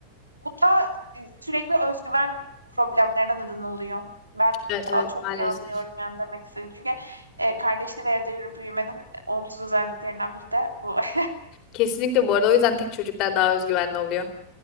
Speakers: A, on the right; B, on the left.
A: bu da, eee, sürekli özgüven güven problemlerine neden oluyor. Ben
B: Evet evet
A: a çok
B: maalesef.
A: iyi anlıyorum yani demek istediğini. Çünkü, eee, kardeşli bir evde yürü büyümenin olumsuz özelliklerinden biri de bu. <laughs>
B: Kesinlikle bu arada o yüzden tek çocuklar daha özgüvenli oluyor.